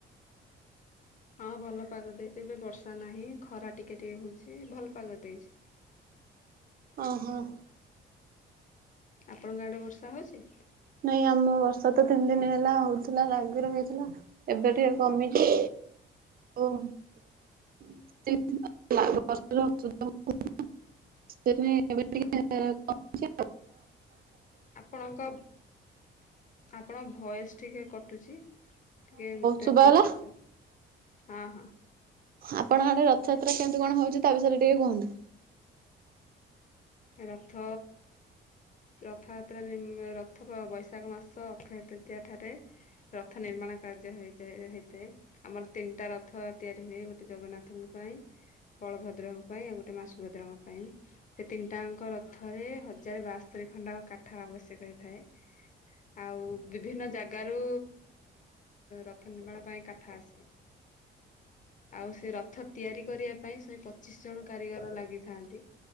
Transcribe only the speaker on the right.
ଓହୋ।
ନାଇଁ ଆମ ବର୍ଷା ତ ତିନି ଦିନ ହେଲା ହଉଥିଲା ଲାଗି ରହିଥିଲା। ଏବେ ଟିକେ କମିଚି ଓ <inaudible> ସେଥିପାଇଁ ଏବେ ଟିକେ <inaudible>
ଶୁଭାଗଲା
ଆପଣଙ୍କ ଆଡେ ରଥଯାତ୍ରା କେମିତି କଣ ହଉଚି ତା ବିଷୟରେ ଟିକେ କୁହନ୍ତୁ?